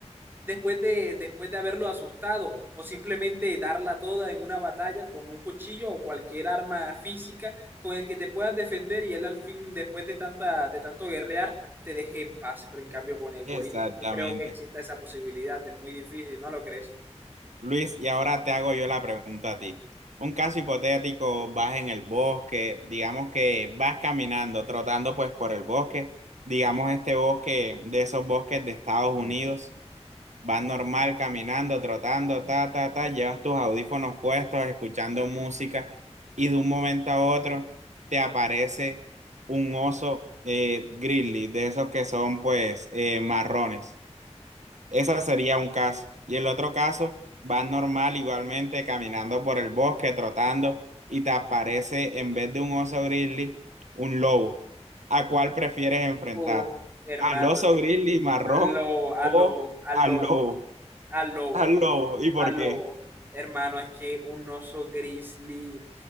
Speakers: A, on the right; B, on the right.
A: después de, después de haberlo asustado o simplemente darla toda en una batalla con un cuchillo o cualquier arma física con el que te puedas defender y él al fin después de tanta de tanto guerrear te deje en paz pero en cambio con el
B: Exactamente.
A: gorila no creo que exista esa posibilidad es muy difícil no lo crees
B: Luis, y ahora te hago yo la pregunta a ti. Un caso hipotético, vas en el bosque, digamos que vas caminando, trotando pues por el bosque, digamos este bosque de esos bosques de Estados Unidos Vas normal caminando, trotando, ta, ta, ta, llevas tus audífonos puestos, escuchando música y de un momento a otro te aparece un oso eh, grizzly, de esos que son pues eh, marrones. Ese sería un caso. Y el otro caso, vas normal igualmente caminando por el bosque, trotando y te aparece en vez de un oso grizzly, un lobo. ¿A cuál prefieres enfrentar?
A: oh hermano
B: ¿Al oso grizzly marrón
A: Al lobo, al
B: o
A: lobo, al
B: al
A: lobo
B: lobo?
A: al lobo,
B: Al lobo. ¿Y por
A: al lobo.
B: qué?
A: Hermano, es que un oso grizzly